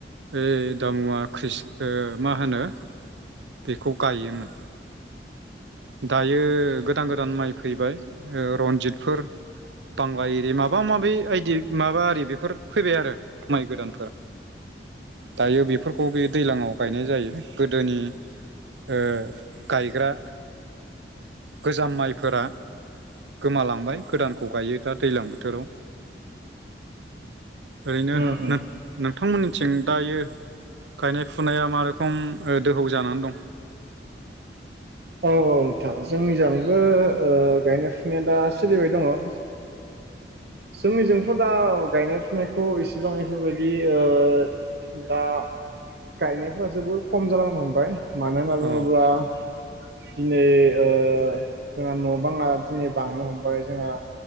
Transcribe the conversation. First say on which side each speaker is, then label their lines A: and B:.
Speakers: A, on the right; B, on the right.
A: ओइ दामुवा ख्रिष ओ मा होनो बेखौ गायोमोन । <inaudible> दायो गो गोदान -गोदान माइ फैबाय ओ रनजितफोर बांला एरि माबा माबि आइदि माबा आरि बेफोर फैबाय आरो माइ गोदानफोरा दायो बेफोरखौ बे दैज्लांआव गायनाय जायो गोदोनि ओ गायग्रा गोजाम माइफोरा गोमालांबाय गोदानखौ गायो दा दैलां बोथोराव। ओरैनो
B: उम
A: नो-नोंथांमोननि थिं दायो गायनाय फुनाया मा रोखोम ओ दोहौ जानानै दं?
B: औ औ नोंथां जोंनिजांबो ओ गायनाय फुनाया दा सोलिबाय दंङ। ओ जोंनिजोंथ' दा गायनाय फुनायखौ एसेबां एफोरबायदि ओ दा गायनायफोरा जोबोद खम जालांनो हमबाय । मानो होनना बुंङोब्ला
A: औ
B: दिनै ओ जोंहा न' बांङा दिनै बांनो हमबाय जोंहा